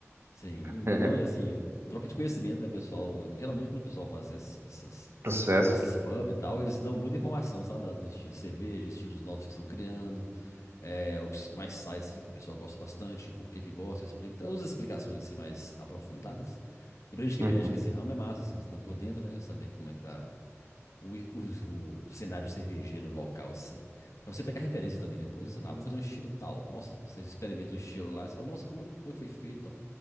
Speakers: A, on the left (about 80°); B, on the right (about 55°).
A: Sim,
B: <laughs>
A: e não, e assim, eu, troca de conhecimento, né, pessoal? Geralmente quando o pessoal faz assim, essas, essas-
B: Processo.
A: tem essas
B: né?
A: pub e tal, eles dão muita informação, sabe? da- Dos estilos de cerveja, estilos novos que estão criando, é, o que mais sai, assim, que o pessoal gosta bastante, por que que gosta, explica, traz umas explicações, assim, mais aprofundadas. E pra gente que
B: Uhum.
A: mexe, que esse ramo é massa, assim, que você tá por dentro, né? Saber como é que tá o, o, o cenário cervejeiro local, assim, pra você pegar referência também depois, sei lá, vou fazer um estilo tal. Nossa, você experimenta um estilo lá, você fala, nossa, como, é- como é que foi feito e tal.